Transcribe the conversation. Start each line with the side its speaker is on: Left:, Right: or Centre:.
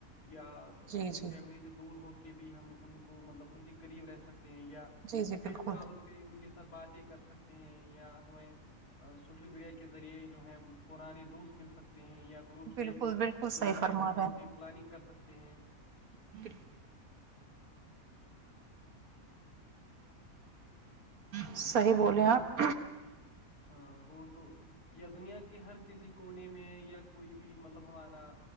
Left: یا
Right: جی
Left: اپنی
Right: جی
Left: فیملی سے دور ہو کے بھی ہم ان کو مطلب ان کے قریب رہ سکتے ہیں یا
Right: جی جی
Left: ویڈیو
Right: بالکل
Left: کال پہ ان کے ساتھ باتیں کر سکتے ہیں یا ہمیں سوشل میڈیا کے ذریعے جو ہے پرانے دوست مل سکتے ہیں یا گروپ
Right: بالکل
Left: سے
Right: بالکل
Left: گروپ
Right: صحیح
Left: چیٹ
Right: فرما
Left: سے ہم اپنی پلاننگ کر سکتے ہیں
Right: بکری <unintelligible> صحیح بولے
Left: یا
Right: آپ
Left: ہاں وہ تو یا دنیا کے ہر کسی کونے میں یا کوئی بھی مطلب ہمارا